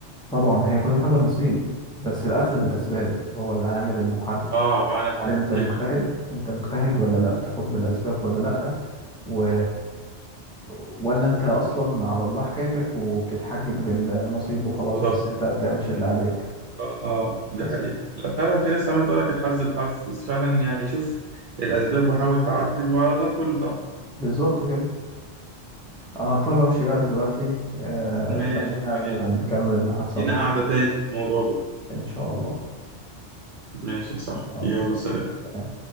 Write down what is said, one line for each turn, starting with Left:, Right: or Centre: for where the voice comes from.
Centre: طبعا هي كل حاجة نصيب بس الأخذ بالأسباب هو العامل المحدد
Right: اه آه، انا بحب
Centre: هل انت
Right: الكلمة
Centre: مجتهد
Right: دي
Centre: انت مجتهد ولا لا بتاخد بالأسباب ولا لا و... ولا انت اصلا على الله حكايتك وبتتحجج بالنصيب وخلاص
Right: بالظبط
Centre: بس انت ما بتعملش اللي عليك
Right: اه اه دي
Centre: بس
Right: حقيقة لا فعلا في ناس عمالة تقول لك الحظ الحظ بس فعلا يعني شوف الأسباب وحاول تعدل وعلى الله كله طبعا
Centre: بالظبط كده انا هضطر امشي بقى دلوقتي آه
Right: ماشي
Centre: خلينا
Right: ماشي
Centre: نبقى نكمل المحادثة
Right: لينا
Centre: اللطيفة
Right: قاعدة
Centre: دي
Right: تاني في الموضوع ده
Centre: ان شاء الله
Right: ماشي صح
Centre: الله
Right: يلا سلام